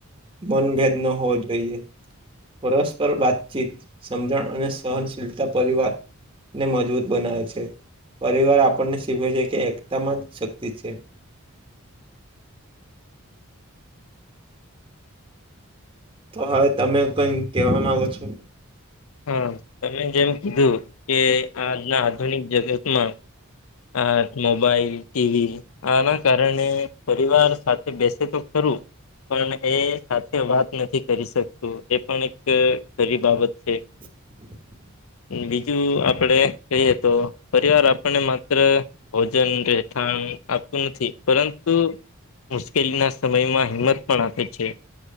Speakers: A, on the right (about 25°); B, on the left (about 70°).
A: મનભેદ ન હોવો જોઈએ. પરસ્પર વાતચીત, સમજણ અને સહનશીલતા પરિવાર ને મજબૂત બનાવે છે. પરિવાર આપણને શીખવે છે કે એકતામાં જ શક્તિ છે. તો હવે તમે કઈક કેવા માંગો છો?
B: હા તમે જેમ કીધું કે આજના આધુનિક જગતમાં આ મોબાઈલ, ટીવી આના કારણે પરિવાર સાથે બેસે તો ખરું પણ એ સાથે વાત નથી કરી શકતું એ પણ એક ખરી બાબત છે.
A: <inaudible>
B: બીજું આપડે કહીએ તો પરિવાર આપણ ને માત્ર. ભોજન, રહેઠાણ આપતું નથી પરંતુ મુશ્કેલીના સમયમાં હિંમત પણ આપે. છે